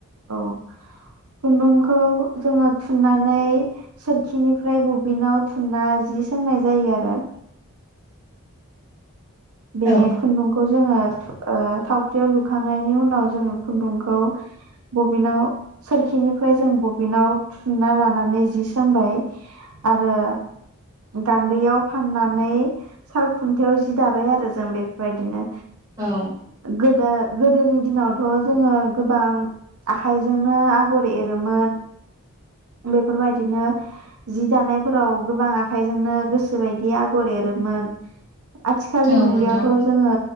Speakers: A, on the right; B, on the right.
A: औ खुन्दुंखौ जोङो थुननानै सोरखिनिफ्राय बबिनाव थुनना जि सोंनाय जायो आरो। बे
B: औ
A: खुन्दुंखौ जोङो थावख्रियाव लुखांनायनि उनाव जोङो खुन्दुंखौ बबिनाव सोरखिनिफ्राय जों बबिनाव थुनना लानानै जि सोंबाय आरो गान्दैयाव फाननानै साल खुन्थाययाव जि दाबाय आरो। जों बेफोरबायदिनो
B: औ
A: गोदो गोदोनि दिनावथ' जोङो गोबां आखाइजोंनो आगर एरोमोन बेफोरबायदिनो जि दानायफोराव गोबां आखाइजोंनो गोसो बायदि आगर एरोमोन आथिखालनि
B: औ
A: मुगायावथ'
B: नोंथां
A: जोङो